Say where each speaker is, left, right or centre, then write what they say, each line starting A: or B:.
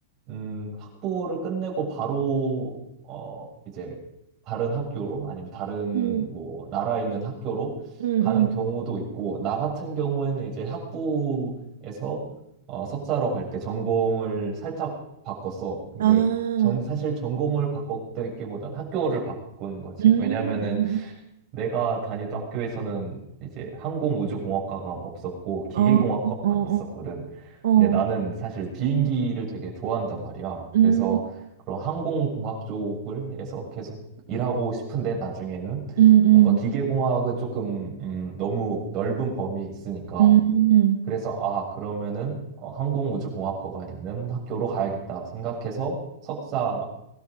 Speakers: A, on the right (about 30°); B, on the right (about 75°).
A: 음, 학부를 끝내고 바로, 어, 이제 다른 학교로, 아니면 다른
B: 음,
A: 뭐, 나라에 있는 학교로
B: 음,
A: 가는
B: 음.
A: 경우도 있고, 나 같은 경우에는 이제 학부에서 어, 석사로 갈 때 전공을 살짝 바꿨어. 근데
B: 아,
A: 정, 사실 전공을 바꿨다기보단 학교를 바꾼 거지.
B: 음,
A: 왜냐면은
B: 음,
A: 내가 다니던 학교에서는 이제 항공우주공학과가 없었고 기계공학과만
B: 어, 어, 어,
A: 있었거든.
B: 어,
A: 근데 나는 사실 비행기를 되게 좋아한단 말이야. 그래서
B: 음,
A: 그런 항공공학 쪽을 해서 계속 일하고 싶은데 나중에는
B: 음,
A: 뭔가 기계공학은 조금 음, 너무 넓은 범위에 있으니까
B: 음, 음,
A: 그래서 아 그러면은 어, 항공우주공학과가 있는 학교로 가야겠다 생각해서 석사를